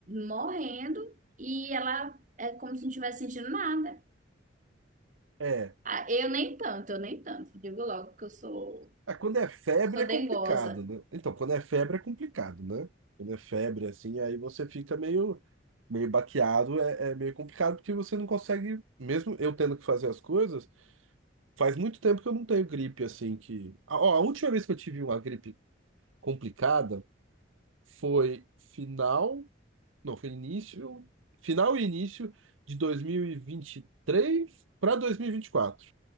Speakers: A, on the right; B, on the right.
A: morrendo e ela é como se não tivesse sentindo nada.
B: É.
A: Ah, eu nem tanto, eu nem tanto. Digo logo que eu sou,
B: Ah, quando é febre
A: sou
B: é
A: dengosa.
B: complicado, né? Então, quando é febre é complicado, né? Quando é febre, assim, aí você fica meio, meio baqueado, é, é meio complicado porque você não consegue, mesmo eu tendo que fazer as coisas, faz muito tempo que eu não tenho gripe, assim, que... Ah, Ó, a última vez que eu tive uma gripe complicada foi final, não, foi início, final e início de dois mil e e vinte e três para dois mil e e vinte e quatro.